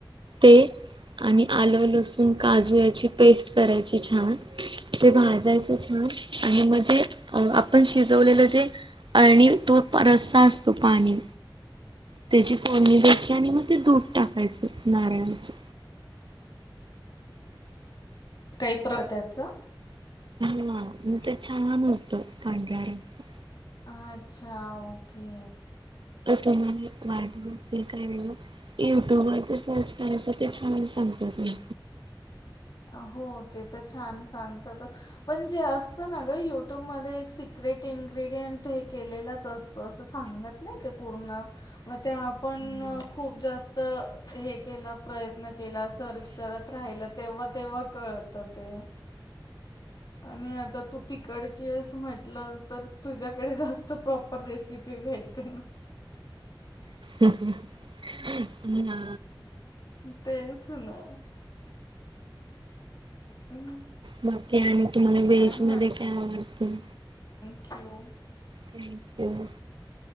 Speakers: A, on the right; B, on the left.
A: ते आणि आलं, लसूण, काजू याची पेस्ट करायची छान ते भाज जायचा छान आणि म्हणजे आपण शिजवलेल जे आणि तो रस्सा असतो पाणी त्याची फोडणी द्यायची आणि मग ते दूध टाकायचं नारळाचं.
B: काहीं प्र त्याचा
A: ह म त छान होतं पांढरा रस्सा.
B: अच्छा ओके.
A: जर तुम्हाला वाटतं असेल काय वेगळ यु ट्यूब वरते सर्च करायच ते छान सांग <unintelligible>
B: <inaudible> हो ते तर छान सांगतात अ पण जे असतं ना ग यु ट्यूब मध्ये एक सिक क्रिट इनग्रेडियंट हे केलेलाच असतो असं सांगत नाही ते पूर्ण म ते आपण
A: हा
B: खूप जास्त हे केला प्रयत्न केला सर्च करत राहिल तेव्हा- तेव्हा कळतं ते. आणि आता तू तिकडची यास म्हंटलं तर तुझ्याकडे जास्त प्रॉपर रेसिपी भेटतीन. <inaudible>
A: तुम्ही ना
B: तेच ना. हम्म.
A: बाकी आणि तुम्हांला
B: छान
A: व्हेज मध्ये काय आवडतं?
B: हो.
A: थँक्यू.